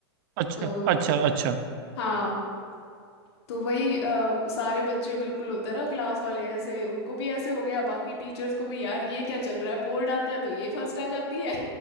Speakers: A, on the right (about 55°); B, on the left (about 70°).
A: अच्छा
B: तो
A: अच्छा अच्छा
B: हाँ तो वही अ, सारे बच्चे बिल्कुल होता है ना क्लास वाले ऐसे उनको भी ऐसे हो गया बाकी टीचर्स को भी यार ये क्या चल रहा है बोर्ड आता है तो ये फर्स्ट आ जाती है